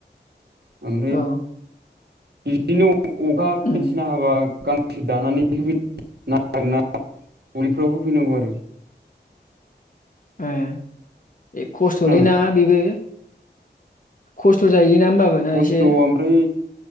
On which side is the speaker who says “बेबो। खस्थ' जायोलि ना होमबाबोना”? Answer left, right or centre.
Left